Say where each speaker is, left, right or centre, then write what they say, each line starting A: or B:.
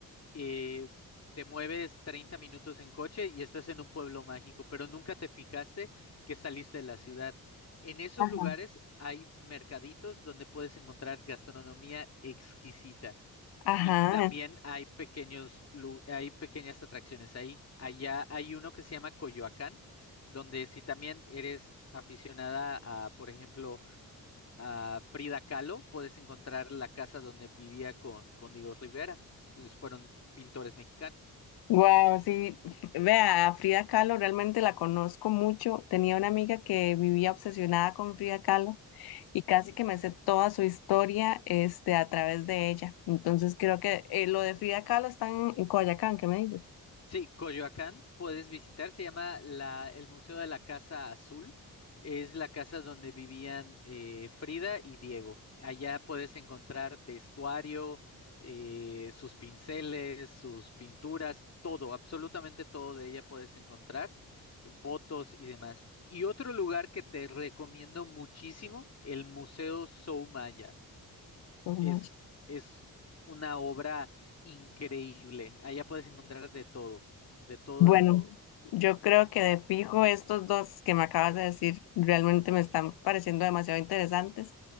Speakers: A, on the left; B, on the left.
A: eh, te mueves 30 minutos en coche y estás en un pueblo mágico, pero nunca te fijaste que saliste de la ciudad. En esos
B: Ajá.
A: lugares hay mercaditos donde puedes encontrar gastronomía exquisita
B: Ajá.
A: y también hay pequeños, lu- hay pequeñas atracciones ahí. Allá hay uno que se llama Coyoacán, donde si también eres aficionada a, por ejemplo, a Frida Kahlo, puedes encontrar la casa donde vivía con, con Diego Rivera, que fueron pintores mexicanos.
B: Wow, sí. Vea, a Frida Kahlo realmente la conozco mucho. Tenía una amiga que vivía obsesionada con Frida Kahlo. y casi que me sé toda su historia este, a través de ella. Entonces creo que eh, lo de Frida Kahlo está en, en Coyoacán, ¿qué me dices?
A: Sí, Coyoacán puedes visitar, se llama la, el Museo de la Casa Azul. Es la casa donde vivían eh, Frida y Diego. Allá puedes encontrar vestuario, eh, sus pinceles, sus pinturas, todo, absolutamente todo de ella puedes encontrar, fotos y demás. Y otro lugar que te recomiendo muchísimo, el Museo Soumaya
B: No manches.
A: es, es una obra increíble. Allá puedes encontrar de todo, de todo,
B: Bueno,
A: de todo.
B: yo creo que de fijo estos dos que me acabas de decir realmente me están pareciendo demasiado interesantes